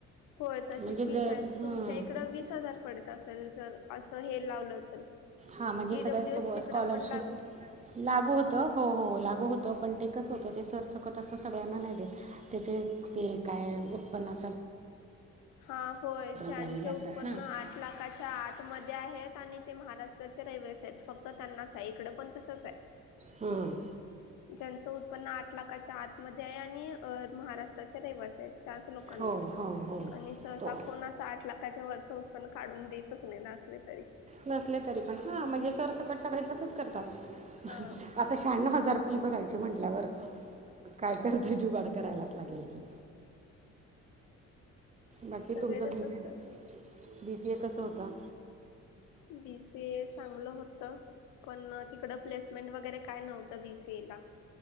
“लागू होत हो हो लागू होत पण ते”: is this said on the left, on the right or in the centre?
Right